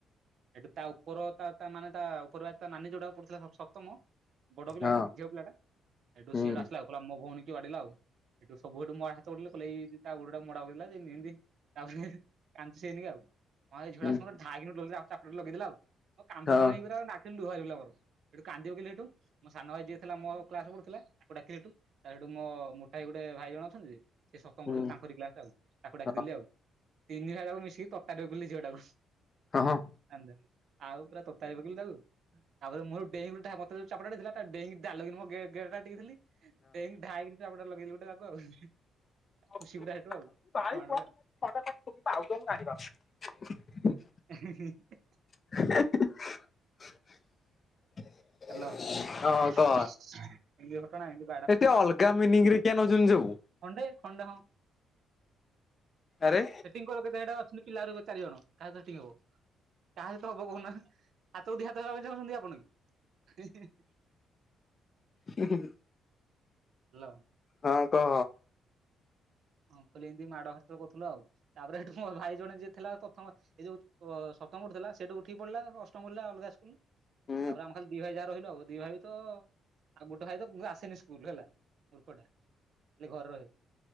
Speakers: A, on the right; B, on the left.
A: ଏଠୁ ତା ଉପର ତା ତା ମାନେ ତା ଉପର ବ୍ୟାଚ ତା ନାନୀ ଯୋଉଟାକୁ ପଡୁଥିଲା ସ ସପ୍ତମ ବଡ ପିଲାଟା
B: ହଁ
A: ଝିଅ ପିଲାଟା ଏଇଠୁ
B: ହୁଁ
A: ସିଡା ଆସିଲା ପିଲା ମୋ ଭଉଣୀକି ବାଡିଲା ଆଉ ଏଠୁ ସବୁ ଏଠୁ ମୋ ଆଡେ ହାତ ଉଠେଇଲେ କଲେ ଏଇ ଏଇ ତା ଗୋଡଟା ମଡ଼ା ହଉଥିଲା ଯେ ଏମତି ତାପରେ କାନ୍ଦସେନି ଆଉ ହଁ ଝିଅଟେ
B: ହୁଁ
A: ଆସିକି ଧାଏଁ କିନି ଗୋଟେ ଚାପୁଡା ଲଗେଇଦେଲା ଆଉ ମୁଁ କାନ୍ଦୁନୁ
B: ହଁ
A: ମାନ୍ଦୁନୁ ହେଇକି ମୋ ଆଖିରୁ ଲୁହ ବାହାରି ଗଲା ଆଉ ଏଠୁ କାନ୍ଦି ପକେଇଲେ ଏଠୁ ମୋ ସାନ ଭାଇ ଯିଏ ଥିଲା ମୋ କ୍ଲାସରେ ପଢୁଥିଲା ତାକୁ ଡାକିଲି ସେଠୁ ତାପରେ ସେଠୁ ମୋ ମୋଟା ହେଇକି ଗୋଟେ ଭାଇ ଜଣ ଅଛନ୍ତିଯେ ସେ ସପ୍ତମ
B: ହୁଁ
A: ପଢ଼ୁଥିଲେ ତାଙ୍କରି କ୍ଲାସ ଆଉ ତାକୁ ଡାକିଦେଲି
B: ହଁ
A: ଆଉ ତିନିିଜଣ <unintelligible> ମିଶିକି <unintelligible> ଝିଅଟାକୁ।
B: ହଁ ହଁ।
A: ଆଣିଦେ ଆଉ ପୁରା ତତାରୀ ପକେଇଲେ ତାକୁ ତାପରେ ମୁହେଟୁ ଡେଇଁ ଡ଼ା ମତେଯୋଉ ଚାପୁଡ଼ଟେ ଦେଲା ତା ଡେଇଁକି ଦାଲୋଉକିନା ମୁଗେ ଗେଡ଼ାଟାଟିକ ଥିଲି ଡେଇଁକି ଡ଼ାକିନା ଚାପୁଡ଼ା ଲଗେଇଲି ଗୋଟେ ତାକୁ ଆଉ।
B: <unintelligible>
A: ଖୁସି ପୁରା ସେଠୁ ଆଉ ଗୋଟେ ମାଡ଼ରେ
B: ମୁଁ ଜାଣିପାରୁନି।
A: <unintelligible>
B: <inaudible>
A: ହାଲୋ
B: ହଁ
A: ଏମିତି
B: କହ
A: ଘଟଣା ଏ
B: ଏତେ ଅଲଗା ମିନିଂରେ କିଆ ନୋଉଚନ୍ତି ଯୋଉ
A: ଖଣ୍ଡେ ଖଣ୍ଡେ ହଁ
B: ଆରେ
A: ସେଟିଂ କର ସେଇଟା ଅଛନ୍ତି ପିଲାଆହୁରି ଚାରିଜଣ କାସହିତ ସେଟିଂ ହବ? କାହା ସହିତ ହବ କହୁନାହା ହାତକୁ ଦିହାତ ହେବା ପାଇଁ ଚାହୁଁଛନ୍ତି ଆପଣକି? <unintelligible>
B: ହୁଁ ହୁଁ।
A: ହାଲୋ।
B: ହଁ କହ?
A: ଅଙ୍କଲ ଏମିତି ମାଡ଼ ହାଡ଼ତ କରୁଥିଲୁ ଆଉ ତାପରେ ହେଠୁ ମୋର ଭାଇ ଜଣେ ଯିଏ ଥିଲା ପ୍ରଥମ ଏଇ ଯୋଉ ଅ ସପ୍ତମରେ ଥିଲା ସେଠୁ ଉଠିକି ପଳିଲା ଅଷ୍ଟମ ପଡ଼ିଲା ଅଲଗା ସ୍କୁଲ୍ ତାପରେ
B: ହୁଁ
A: ଆମ ଖାଲି ଦିଭାଇ ଯାହା ରହିଲୁ ଦିଭାଇ ତ ଆଉ ଗୋଟେ ଭାଇତ ଆସେନି ସ୍କୁଲ୍ ହେଲା ମୂର୍ଖଟା ଖାଲି ଘରେ ରହେ।